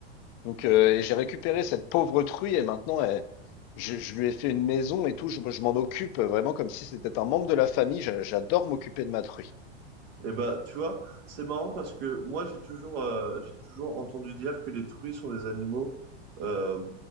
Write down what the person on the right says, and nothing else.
Et bah, tu vois, c'est marrant parce que moi, j'ai toujours, euh, j'ai toujours entendu dire que les truies sont des animaux euh,